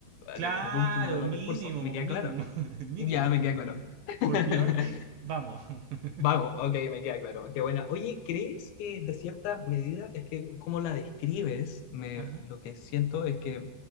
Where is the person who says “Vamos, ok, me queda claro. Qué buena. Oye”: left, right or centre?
Left